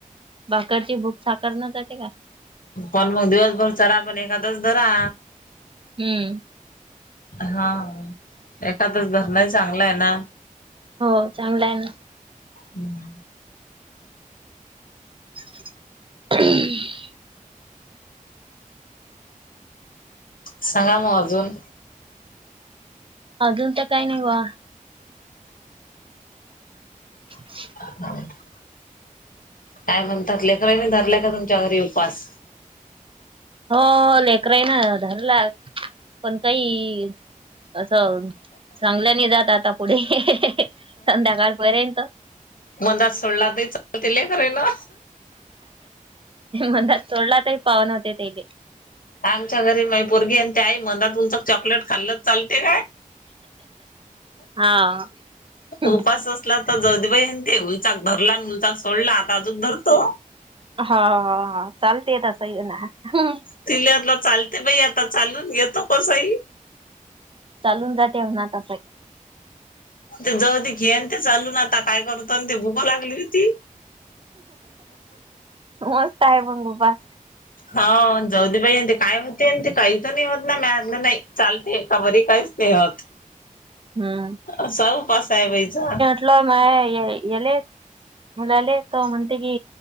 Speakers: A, on the right; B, on the left.
A: भाकरची भूक साखरनं जाते का?
B: पण मग दिवसभर चरा, पण एकादस धरा.
A: हम्म.
B: हां एखादस धरलाय चांगलं आहे ना.
A: हो चांगला हाय ना.
B: हम्म.
A: <unintelligible>
B: सहा वाजून
A: अजून तर काय नाय वा <inaudible>
B: <unintelligible> काय म्हणतात, लेकराणी धरलाय का तुमच्या घरी उपास.
A: हो लेकराही ना धरला पण काही असं चांगल्याने जात आता पुढे, संध्याकाळ पर्यंत.
B: मदांत सोडला तरी चालते लेकरेला.
A: मदांत सोडला तरी पावन होते ते बी.
B: आमच्या घरी माइ पोरगी आहे म्हणते आई मला तुमचं चॉकलेट खाल्ल चालते.
A: हा. हा
B: उपास अस तुला तर जाऊ दे बाई ते उलचाक धरला आणि उलचाक सोडला, आता अजून धरतो.
A: हा हा हा चालतेेय तसही लहान
B: तिला आपलं चालते बाई, आता चालून घेतो कसंही.
A: चालून जातेना तंस
B: ते जाऊदे की, आणि ते चालून आता काय करत ते भुका लागली होती.
A: मस्त आहे मंग उपास.
B: हा जाऊ दे बाई आणि ते काय होते काही तर नाही होत ना मयातन नाही. चालतेय का बरी काहीच नाही होत
A: हम्म.
B: असा उपास आहे बाईचा.
A: कुठलं माय यले मुलाले तर म्हणते की